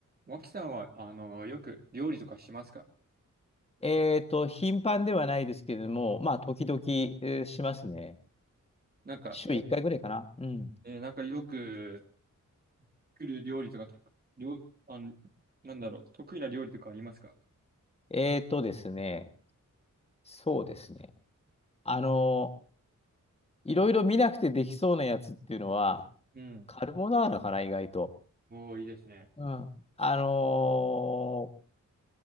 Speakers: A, on the right; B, on the left.
A: 脇さんは、あの、よく料理とかしますか
B: えっと、頻繁ではないですけれども、まあ、時々、えーしますね。
A: なんか、
B: 週1回ぐらいかな。
A: よく
B: うん。
A: えーなんかよく作る料理とかと、料、あの、なんだろう、得意な料理とかありますか
B: えっとですね、そうですね。あの、いろいろ見なくてできそうなやつっていうのは、
A: うん。
B: カルボナーラかな、意外と。
A: もういいですね。
B: うん。あのー